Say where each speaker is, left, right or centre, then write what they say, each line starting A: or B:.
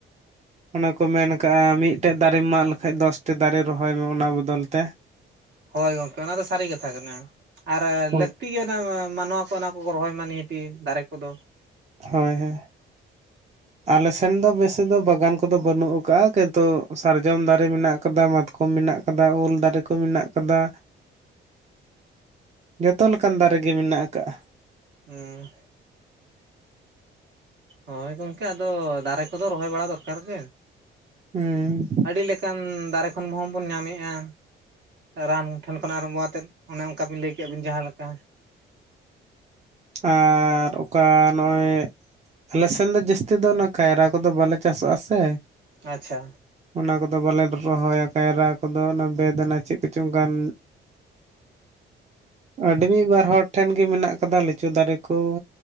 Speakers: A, on the right; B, on the right.
A: ᱚᱱᱮ ᱠᱚ ᱢᱮᱱ ᱠᱟᱜᱼᱟ ᱢᱤᱫᱴᱮᱜ ᱫᱟᱨᱮᱢ ᱢᱟᱜ ᱞᱮᱠᱷᱟᱡ ᱫᱚᱥ ᱴᱤ ᱫᱟᱨᱮ ᱨᱚᱦᱚᱭ ᱢᱮ ᱚᱱᱟ ᱵᱚᱫᱚᱞ ᱛᱮ᱾
B: ᱦᱳᱭ ᱜᱚᱢᱠᱮ ᱚᱱᱟ ᱫᱚ ᱥᱟᱹᱨᱤ ᱠᱟᱛᱷᱟ ᱠᱟᱱᱟ᱾ ᱟᱨ
A: ᱦᱳᱭ
B: ᱞᱟᱹᱠᱛᱤ ᱜᱮᱭᱟ ᱢᱟᱱᱣᱟ ᱠᱚ ᱚᱱᱟ ᱠᱚ ᱨᱚᱦᱚᱭ ᱢᱟ ᱱᱤᱦᱟᱹᱛ ᱫᱟᱨᱮ ᱠᱚᱫᱚ᱾
A: ᱦᱳᱭ ᱦᱳᱭ᱾ ᱟᱞᱮ ᱥᱮᱱ ᱫᱚ ᱵᱮᱥᱤ ᱫᱚ ᱵᱟᱜᱟᱱ ᱠᱚᱫᱚ ᱵᱟᱹᱱᱩᱜ ᱟᱠᱟᱜᱼᱟ᱾ ᱠᱤᱱᱛᱩ ᱥᱟᱨᱡᱚᱢ ᱫᱟᱨᱮ ᱢᱮᱱᱟᱜ ᱠᱟᱫᱟ, ᱢᱟᱛ᱾ ᱠᱚᱢ ᱢᱮᱱᱟᱜ ᱠᱟᱫᱟ ᱩᱞ ᱫᱟᱨᱮ ᱠᱚ ᱢᱮᱱᱟᱜ ᱠᱟᱫᱟ᱾ ᱡᱚᱛᱚ ᱞᱮᱠᱟᱱ ᱫᱟᱨᱮ ᱜᱮ ᱢᱮᱱᱟᱜ ᱠᱟᱜᱼᱟ᱾
B: ᱦᱩᱸ ᱦᱳᱭ ᱜᱚᱢᱠᱮ ᱟᱫᱚ ᱫᱟᱨᱮ ᱠᱚᱫᱚ ᱨᱚᱦᱚᱭ ᱵᱟᱲᱟ ᱫᱚᱨᱠᱟᱨ ᱜᱮ᱾
A: ᱦᱩᱸ᱾
B: ᱟᱹᱰᱤ ᱞᱮᱠᱟᱱ ᱫᱟᱨᱮ ᱠᱷᱚᱱ ᱵᱚᱱ ᱧᱟᱢᱮᱜᱼᱟ᱾ ᱨᱟᱱ ᱴᱷᱮᱱ ᱠᱷᱚᱱ ᱟᱨᱟᱢᱵᱷᱚ ᱛᱮᱫ ᱚᱱᱮ ᱚᱱᱠᱟ ᱵᱤᱱ ᱞᱟᱹᱭ ᱠᱮᱫ ᱵᱤᱱ ᱡᱟᱦᱟᱸ ᱞᱮᱠᱟ᱾
A: ᱟᱨ ᱚᱠᱟ ᱱᱚᱜᱼᱚᱭ᱾ ᱟᱞᱮ ᱥᱮᱱ ᱫᱚ ᱡᱟᱹᱥᱛᱤ ᱫᱚ ᱚᱱᱟ ᱠᱟᱭᱨᱟ ᱠᱚᱫᱚ ᱵᱟᱞᱮ ᱪᱟᱥᱚᱜᱼᱟ ᱥᱮ᱾
B: ᱟᱪᱪᱷᱟ᱾
A: ᱚᱱᱟ ᱠᱚᱫᱚ ᱵᱟᱞᱮ ᱨᱚᱦᱚᱭᱟ ᱠᱟᱭᱨᱟ ᱠᱚᱫᱚ ᱚᱱᱟ ᱵᱮᱫᱱᱟ ᱪᱮᱫ ᱠᱚᱪᱚᱝ ᱠᱟᱱ? ᱟᱹᱰᱤ ᱢᱤ ᱵᱟᱨ ᱦᱚᱲ ᱴᱷᱮᱱ ᱜᱮ ᱢᱮᱱᱟᱜ ᱠᱟᱫᱟ ᱞᱤ, ᱪᱩ ᱫᱟᱨᱮ ᱠᱩ,